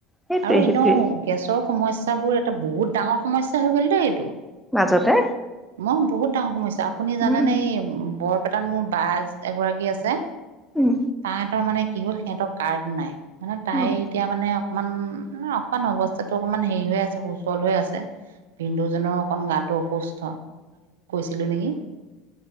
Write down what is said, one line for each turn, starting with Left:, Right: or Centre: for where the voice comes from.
Centre: সেইটোৱে
Right: আৰু
Centre: সেইটোৱে
Right: এনেও গেছৰ সমস্যাবোৰ এটা বহুত ডাঙৰ সমস্যা হৈ গ'ল দেই এইটো
Centre: মাজতে
Right: মই বহুত ডাঙৰ সমস্যা আপুনি জানেনে
Centre: উম,
Right: এই বৰপেটাত মোৰ বা এগৰাকী আছে।
Centre: উম,
Right: তাহঁতৰ মানে কি হ'ল সিহঁতৰ কাৰ্ড নাই মানে তাই
Centre: উম।
Right: এতিয়া মানে অকমান -অকমান অৱস্থাতটো অকমান হেৰি হৈ আছে সুচল হৈ আছে। পিন্দুজনৰ অকণ গাটো অসুস্থ ছিলো নেকি